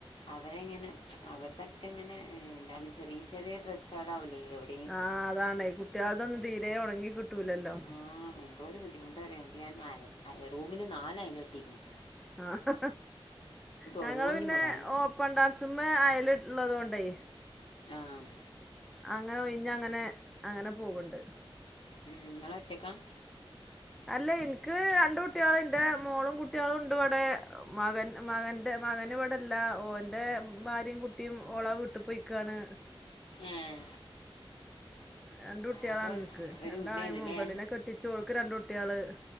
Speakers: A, on the left; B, in the centre.
A: അവരെങ്ങനെ അവരുടെക്കെങ്ങനെ എന്താണ് ചെറിയ ചെറിയ ഡ്രസ്സാ ളാവില്ലെ അവിടെ
B: ആഹ് അതാണ്ഈ കുട്ടിയാൾ തൊന്നും തീരെ ഉണങ്ങി കിട്ടൂലല്ലോ.
A: ആഹ് എന്തൊരു ബുദ്ധിമുട്ടറിയോ ന്നിട്ട് ഞാൻ അയറൂമില് നാല് അയലട്ടിരിക്കുന്നു.
B: ആഹ് ഞങ്ങള്
A: ഓരോന്നും
B: പിന്നെ
A: ഇടാൻ
B: ഓ പ്പൺ ടെറസ്മ്മേ അയല് കെട്ടീട്ടുള്ളതോണ്ടേ
A: ആഹ്
B: അങ്ങനെ ഒയിഞ്ഞ അങ്ങനെ അങ്ങനെ പോവ്ണ്ട്.
A: ഉം നിങ്ങളൊറ്റക്കാ
B: അല്ലേ എനിക്ക് രണ്ട്കുട്ടികൾണ്ട് മോളും കുട്ടികളും ഉണ്ട് ഇവിടെ മകൻ മകൻ എന്റെ മകന് വിടില്ല ഓന്റെ ഭാര്യയും കുട്ടിയും ഓളെവീട്ടു പോയിക്കാണ്.
A: ഏഹ്
B: രണ്ട് കുട്ടികളാ
A: അപ്പോൾ
B: എനിക്ക്
A: ഒരു
B: രണ്ടാളെയും
A: ഉമ്മയുണ്ടല്ലേ
B: കെട്ടിച്ചു ഓക്ക് രണ്ട് കുട്ടികള്